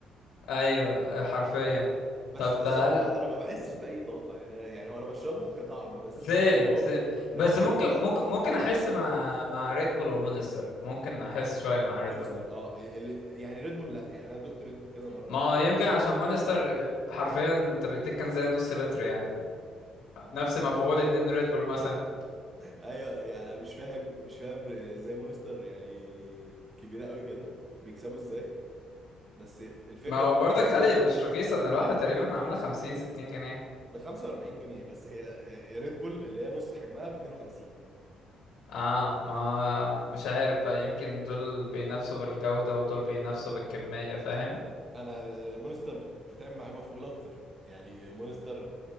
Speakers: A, on the left; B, on the right.
A: ايوه آه، حرفيا
B: بس
A: طب بقى
B: الصراحه انا ما بحسش باي طاقه يعني انا يعني هو انا بشربه كطعم بس
A: سيم
B: ان هو
A: سيم
B: بي... ان
A: بس
B: هو
A: ممكن
B: بيديني بقى
A: ممكن
B: طاقه
A: ممكن
B: او اي حاجه
A: احس
B: لا
A: مع مع ريد بول ومونستر ممكن احس شوية مع ريد
B: مونستر
A: بول
B: اه اللي... يعني ريد بول لا يعني انا دقت ريد بول كذا مره
A: ما هو
B: او
A: يمكن
B: شربت
A: عشان مانستر
B: <laughs>
A: آه، حرفيا انت بيديك كان زي نص لتر يعني نفس مفعول اتنين ريد بول مثلا
B: ايوه يعني أنا مش فاهم مش فاهم ازاي مونستر يعني كبيره قوي كده بيكسبوا ازاي بس الفكره
A: ما هو
B: ان
A: برضك
B: هو
A: غالية مش رخيصة ده الواحدة تقريبا عاملة خمسين ستين جنيه
B: ب 45 جنيه بس هي ريد بول اللي هي نص حجمها ب 52
A: اه ما مش عارف بقى يمكن دول بينافسوا بالجودة ودول بينافسوا بالكمية فاهم
B: انا مونستر بت- بتعمل معايا مفعول اكتر يعني مونستر